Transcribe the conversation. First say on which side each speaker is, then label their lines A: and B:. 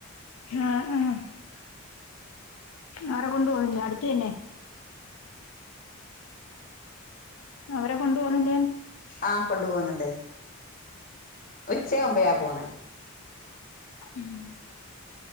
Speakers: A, on the left; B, on the left.
A: ആഹ് ആഹ് അവരെ കൊണ്ട് പോണില്ല അടുത്ത് തന്നെ. അവരെ കൊണ്ട് പോന്നില്ലേ
B: ആഹ് കൊണ്ട് പോവുന്നിണ്ട്. ഉച്ചാവുമ്പയാ പോണ്
A: ഉം